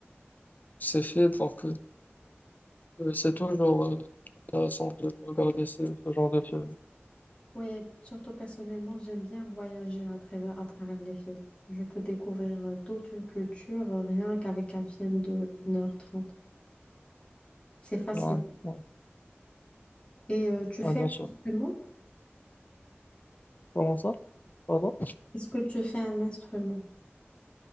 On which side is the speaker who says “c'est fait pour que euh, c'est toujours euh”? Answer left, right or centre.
Left